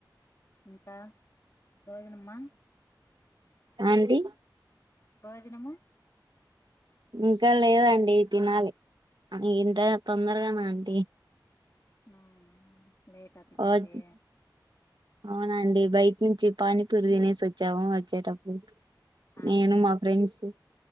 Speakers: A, on the left; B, on the right.
A: ఇంకా భోజనమా
B: అంటి
A: భోజనము
B: ఇంకా లేదండి తినాలి ఇంత తొందరగానా అంటి
A: అవునా లేట్‌హా తిన్నెధి
B: ఓకే అవునండి బయట నుంచి పానీ పూరి తినేసి వచ్చాము వచ్చేటప్పుడు
A: ఆహా
B: నేను మా ఫ్రెండ్స్